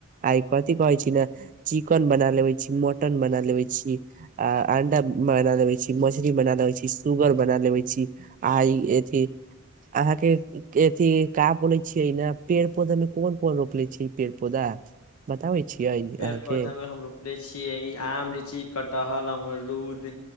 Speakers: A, on the right; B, on the left.
A: आइ कथि कहै छी ने चिकन बना लेबे छी मटन बना लेबे छी आ अंडा बना लेबे छी मछली बना लेबे छी सुगर बना लेवे छी आ ई अथी अहाँके अथि का बोलै छियै ने पेड़ पौधामे कोन कोन रोपले छी पेड़ पौधा बताबे छियै
B: पेड़
A: अहाँके
B: पौधा में हम रोपले छियै ई आम लीची कटहल अममरूद